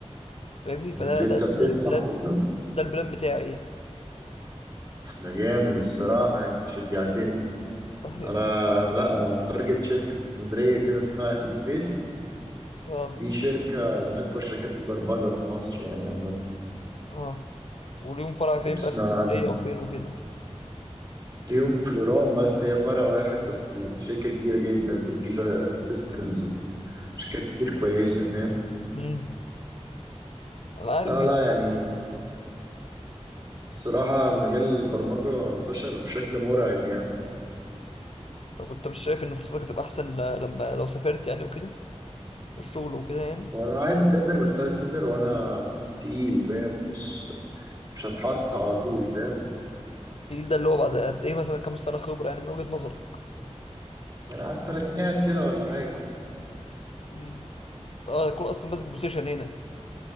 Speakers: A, on the left; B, on the right.
A: فاهمني
B: يعني
A: فده
B: تويوتا
A: ده
B: بتفتح
A: ده البلان
B: أصلا
A: ده البلان بتاعي يعني
B: ده جامد الصراحة أنت شجعتني
A: اه يعني-
B: انا لا انا متارجت شركه في اسكندريه كده اسمها اي سبيس
A: اه
B: دي شركه من اكبر شركات البرمجه في مصر يعني عامه
A: اه وليهم فرع فين
B: لو تسمع
A: بقى في اسكندريه
B: عنها
A: وفين وكده
B: ليهم فلوران بس هي فرع واحد بس شركه كبيره جدا زي جيزا سيستمز وشركات كتير كويسه فاهم
A: امم انا عارف
B: لا
A: جدا
B: لا يعني الصراحه مجال البرمجه انتشر بشكل مرعب يعني
A: طب انت مش شايف ان فرصتك هتبقى احسن ل- لما لو سافرت يعني وكده والشغل وكده يعني
B: وانا عايز اسافر بس عايز اسافر وانا تقيل فاهم مش مش هتحط على طول فاهم
A: الجيل ده اللي هو بعد قد ايه مثلا كام سنه خبره يعني من وجهه نظرك
B: يعني على التلاتينات كده ولا حاجه
A: مم. انت اه هتكون اصلا ماسك بوزيشن هنا